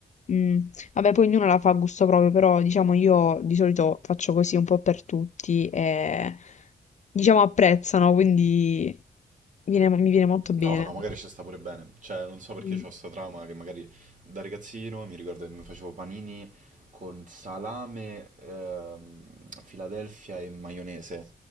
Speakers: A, on the left (about 45°); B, on the right (about 50°).
A: Mm, Vabbè, poi ognuno la fa a gusto proprio, però diciamo io di solito faccio così un po' per tutti e diciamo apprezzano, quindi viene- mi viene molto bene.
B: No, no, magari ci sta pure bene. Cioè, non so perché
A: Mm,
B: c'ho sta trauma che magari da ragazzino mi ricordo che mi facevo panini con salame, ehm, Philadelphia e maionese.